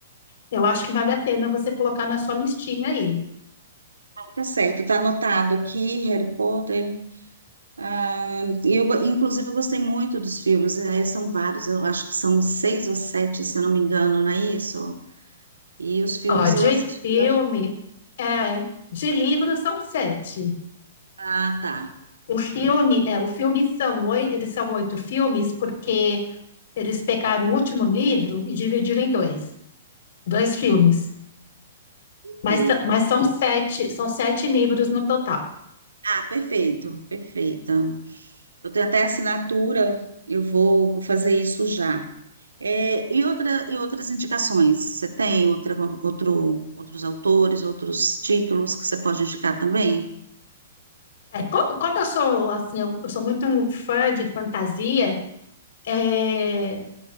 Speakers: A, on the left; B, on the right.
A: eu acho que vale a pena você colocar na sua listinha aí.
B: não, tá certo, tá anotado aqui, Harry Potter. Ah, e eu, go- inclusive, eu gostei muito dos filmes. eh, são vários, eu acho que são seis ou sete, se eu não me engano, não é isso? E os filmes
A: Ó, de
B: eu assisti.
A: filme,
B: eu acho-
A: é, de livro são sete.
B: Ah, tá.
A: O filme, é, o filme são oito, eles são oito filmes porque eles pegaram o último livro e dividiram em dois, dois filmes.
B: Perfeito.
A: Mas, são- mas são sete, são sete livros no total.
B: Ah, perfeito, perfeito. Eu tenho até assinatura, eu vou, vou fazer isso já. É, e, outra, e outras indicações? Você tem outra, outro, outros autores, outros títulos que você pode indicar também?
A: É, co- quando eu sou assim, eu, eu sou muito fã de fantasia, é,